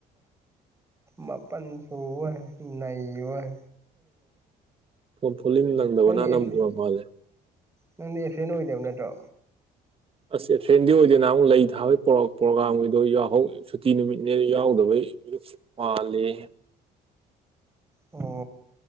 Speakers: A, on the right; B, on the right.
A: ꯃꯄꯟꯁꯨ ꯍ ꯅꯅꯥ ꯍ
B: ꯐꯣꯂꯤꯝ ꯂꯪꯗꯕꯅ
A: ꯅꯪꯗꯤ ꯑꯦꯞꯁꯦꯟ
B: ꯅꯝꯝꯕ ꯃꯥꯜꯂꯦ
A: ꯅꯪꯗꯤ ꯑꯦꯐ ꯑꯦꯅ ꯑꯣꯏꯗꯕ ꯅꯠꯇ꯭ꯔꯣ
B: ꯑꯁꯦ ꯐ꯭ꯔꯦꯟꯗꯤ ꯑꯣꯏꯗꯣꯏꯅ ꯑꯃꯨꯛ ꯂꯩ ꯊꯥꯕꯒꯤ ꯄ꯭ꯔꯣꯒꯥꯝꯒꯤꯗꯣ ꯌꯥꯎꯍꯧ ꯁꯨꯇꯤ ꯅꯨꯃꯤꯠꯅꯦ ꯌꯥꯎꯗꯕꯩ ꯃꯥ ꯂꯩꯦ
A: ꯑꯣ